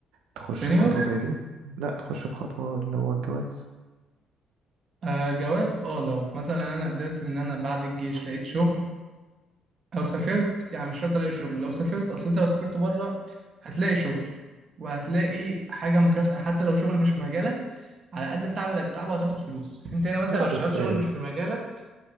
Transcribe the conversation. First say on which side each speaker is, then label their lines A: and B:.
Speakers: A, on the right (about 80°); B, on the right (about 45°).
A: تخش
B: سينيور
A: في خطوة زي دي؟ لا تخش في خطوة اللي هو الجواز
B: آه جواز آه لو مثلا أنا قدرت إن أنا بعد الجيش لقيت شغل أو سافرت يعني مش شرط ألاقي شغل لو سافرت أصل أنت لو سافرت بره هتلاقي شغل وهتلاقي حاجة مكافأة حتى لو شغل مش في مجالك على قد التعب اللي هتتعبه هتاخد فلوس أنت هنا مثلا
A: لا
B: لو
A: بس
B: اشتغلت شغل مش في مجالك